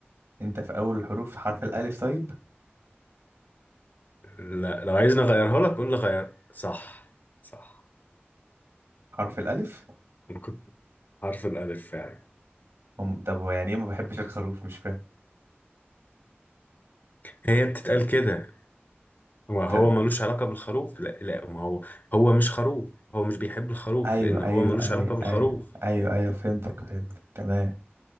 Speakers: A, on the right (about 85°); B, on the left (about 45°).
A: انت في اول الحروف حرف الالف طيب
B: لا لو عايزني اغيرها لك قول لي غير صح صح
A: حرف الالف
B: انا كنت حرف الالف فعلا
A: هم طب هو يعني ايه ما بحبش الخروف مش فاهم
B: هي بتتقال كده وهو
A: طب
B: ملوش علاقة بالخروف لا لا ما هو هو مش خروف هو مش بيحب الخروف
A: ايوه
B: لان هو
A: ايوه
B: ملوش
A: ايوه
B: علاقة بالخروف
A: ايوه ايوه ايوه فهمتك فهمتك تمام